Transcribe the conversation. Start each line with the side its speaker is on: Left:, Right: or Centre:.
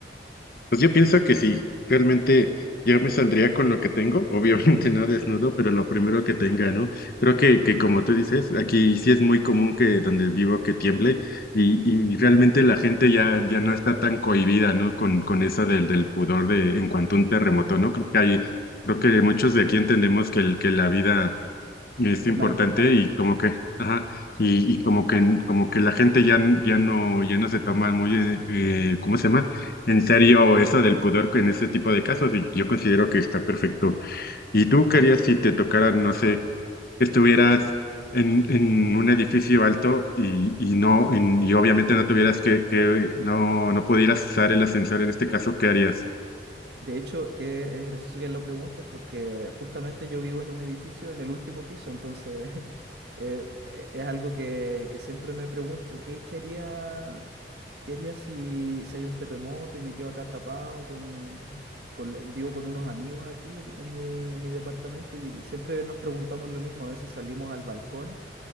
Left: Pues yo pienso que sí, realmente yo me saldría con lo que tengo, obviamente <laughs> no desnudo, pero lo primero que tenga, ¿no? Creo que, que como tú dices, aquí sí es muy común que donde vivo que tiemble y, y realmente la gente ya, ya no está tan cohibida, ¿no? Con, con eso del, del pudor de en cuanto a un terremoto, ¿no? Creo que hay, creo que muchos de aquí entendemos que, el, que la vida Es
Right: Es
Left: importante
Right: más importante,
Left: y como que, ajá,
Right: sí.
Left: y, y como que, como que la gente ya, n- ya no, ya no se toma muy, eh, eh, ¿cómo se llama? En serio eso del pudor en ese tipo de casos y yo considero que está perfecto. ¿Y tú querías si te tocara, no sé, que estuvieras en, en un edificio alto y, y no, y, y obviamente no tuvieras que, que no, no pudieras usar el ascensor en este caso, ¿qué harías?
Right: De hecho, que es gracioso que lo preguntes porque justamente yo vivo en un edificio en el último piso, entonces <laughs> eh, es algo que, que siempre me pregunto, ¿qué, qué haría, qué haría si, si hay un terremoto y me quedo acá atrapado con, con lo- vivo con unos amigos aquí en mi, en mi departamento y siempre nos preguntamos lo mismo, a veces salimos al balcón